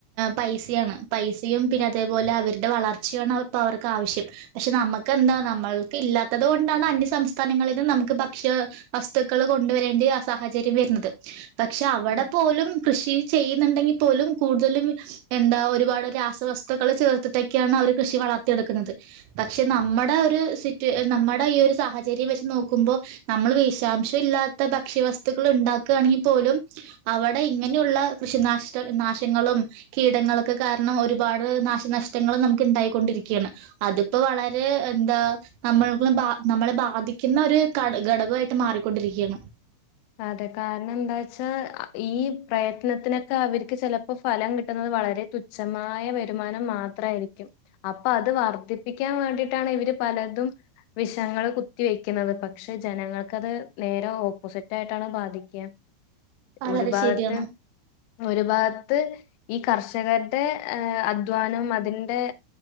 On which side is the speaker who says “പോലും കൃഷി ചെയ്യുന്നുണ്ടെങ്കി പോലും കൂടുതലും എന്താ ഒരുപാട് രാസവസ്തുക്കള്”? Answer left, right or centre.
Right